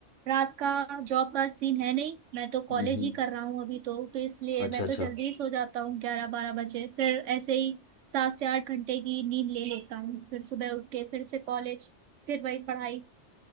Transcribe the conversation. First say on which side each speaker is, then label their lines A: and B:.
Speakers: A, on the right; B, on the left.
A: रात का जॉब का सीन है नहीं मैं तो कॉलेज
B: हम्म
A: ही कर रहा हूँ अभी तो तो इसलिए
B: अच्छा
A: मैं
B: अच्छा
A: तो जल्दी ही सो जाता हूँ ग्यारह बारह बजे फिर ऐसे ही सात से आठ घंटे की नींद ले लेता हूँ फिर सुबह उठ के फिर से कॉलेज फिर वही पढ़ाई